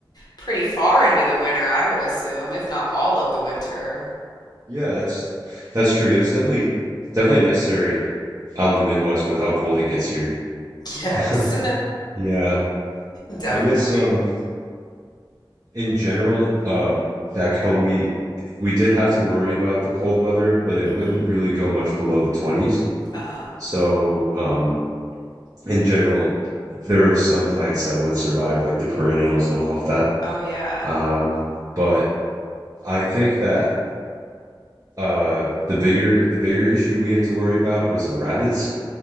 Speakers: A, on the left (about 50°); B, on the right (about 40°).
A: pretty far into the winter, I would assume, if not all of the winter.
B: Yeah, that's that's true. That's definitely definitely necessary on the Midwest with how cold it gets here.
A: Yes.
B: <laughs> Yeah,
A: <laughs> Definitely.
B: I guess um in general, um, back home we we did have to worry about the cold weather, but it
A: hmm
B: wouldn't really go much below the 20s.
A: Uh-huh.
B: So, um, in general, there were some plants that would survive, like the perennials and all of that.
A: Oh yeah.
B: Um, but I think that uh, the bigger the bigger issue we had to worry about was the rabbits,